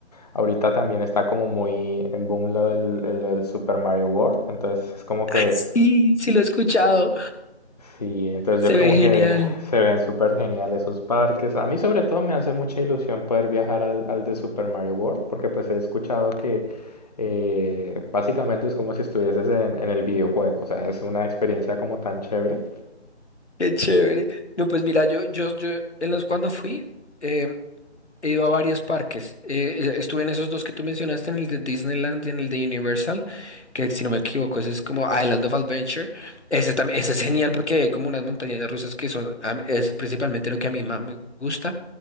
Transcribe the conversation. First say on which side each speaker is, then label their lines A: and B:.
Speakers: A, on the left; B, on the left.
A: Ahorita también está como muy en boom lo del, el- el Super Mario World, entonces es como que
B: Ay, sí,
A: es,
B: sí lo he escuchado.
A: Sí, entonces
B: Se
A: yo como
B: ve genial.
A: que <laughs> se ven súper geniales esos parques. A mí sobre todo me hace mucha ilusión poder viajar al, al de Super Mario World, porque pues he escuchado que eh, básicamente es como si estuvieses en, en el videojuego, o sea, es una experiencia como tan chévere.
B: Qué chévere. No, pues mira, yo, yo, yo, en los cuando fui, em, He ido a varios parques. Eh, eh, estuve en esos dos que tú mencionaste, en el de Disneyland y en el de Universal, que si no me equivoco, ese es como Island of Adventure. Ese también, ese es genial porque hay como unas montañas rusas que son, a es principalmente lo que a mí más me gusta.